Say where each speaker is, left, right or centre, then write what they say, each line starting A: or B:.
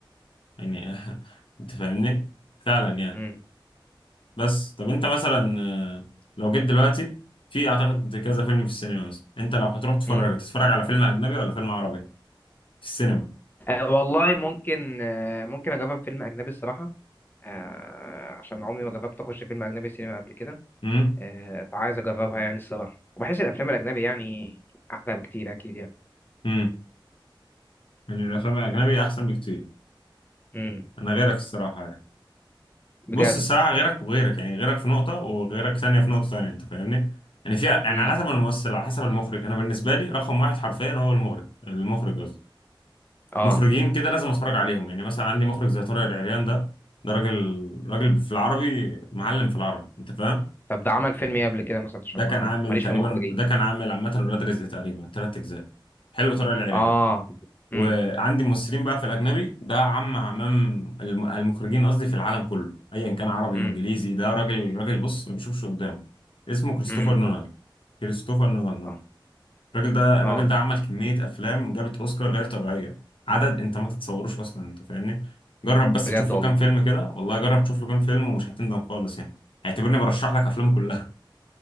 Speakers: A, on the left; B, on the left.
A: يعني <laughs> انت فاهمني فعلا يعني
B: امم
A: بس طب انت مثلا آه، لو جيت دلوقتي في اعتقد كذا فيلم في السينما مثلا انت لو هتروح تتفرج
B: إمم.
A: تتفرج على فيلم اجنبي ولا فيلم عربي في السينما
B: أه والله ممكن أه ممكن اجرب فيلم اجنبي الصراحه أه عشان عمري ما جربت اخش فيلم اجنبي سينما قبل كده
A: امم
B: أه فعايز اجربها يعني الصراحه وبحس الافلام الاجنبي يعني احلى بكتير اكيد يعني
A: امم يعني الافلام الاجنبي احسن بكتير
B: امم
A: انا غيرك الصراحه يعني بص
B: بجد
A: الصراحة غيرك وغيرك يعني غيرك في نقطة وغيرك ثانية في نقطة ثانية أنت فاهمني؟ يعني فيها يعني
B: امم
A: على حسب الممثل على حسب المخرج أنا بالنسبة لي رقم واحد حرفيا هو المخرج المخرج قصدي
B: اه
A: مخرجين كده لازم أتفرج عليهم يعني مثلا عندي مخرج زي طارق العريان ده ده راجل راجل في العربي معلم في العربي أنت فاهم؟
B: طب ده عمل فيلم ايه قبل كده مثلا عشان
A: ده
B: ما
A: كان عامل
B: ماليش
A: تقريبا
B: في المخرجين
A: ده كان عامل عامة ولاد رزق تقريبا تلات أجزاء حلو طارق العريان
B: اه
A: وعندي
B: امم
A: ممثلين بقى في الاجنبي ده عم عمام الم- المخرجين قصدي في العالم كله ايا كان عربي
B: امم
A: وانجليزي ده راجل راجل بص ما بيشوفش قدامه اسمه كريستوفر
B: امم
A: نولان كريستوفر نولان اه
B: اه
A: الراجل ده
B: آه،
A: الراجل ده عمل كمية افلام جابت اوسكار غير طبيعية عدد انت ما تتصوروش اصلا انت فاهمني جرب بس
B: بجد
A: تشوف
B: والله
A: له كام فيلم كده والله جرب تشوف له كام فيلم ومش هتندم خالص يعني اعتبرني برشح لك افلام كلها